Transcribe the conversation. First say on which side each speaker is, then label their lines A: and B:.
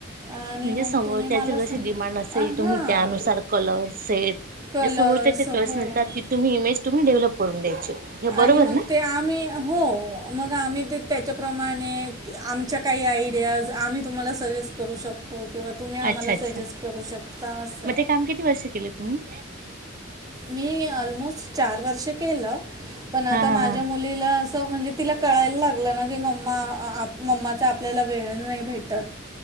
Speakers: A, on the right; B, on the right.
A: आणि
B: म्हणजे
A: मग
B: समोरच्याचे
A: तुम्ही मला
B: जशी
A: सांग
B: डिमांड असेल तुम्ही
A: हां
B: त्यानुसार कलर सेट म्हणजे
A: कलर्स
B: समोरच्याच्या चॉईसनुसार
A: हो
B: ती तुम्ही इमेज तुम्ही डेव्हलप करून द्यायची. हे बरोबर
A: आणि मग
B: ना
A: ते आम्ही हो म ग आम्ही ते त्याच्याप्रमाणे आमच्या काही आयडियाज आम्ही तुम्हाला सजेस्ट करू शकतो. किंवा तुम्ही आम्हाला
B: अच्छा अच्छा
A: सजेस्ट करू शकता असं
B: मग ते काम किती वर्ष केलं तुम्ही?
A: मी अलमोस्ट चार वर्ष केलं. पण आता
B: हा
A: माझ्या
B: हा हा
A: मुलीला असं म्हणजे तिला कळायला लागलं ना, की मम्मा मम्माचा आपल्याला वेळ नाही भेटत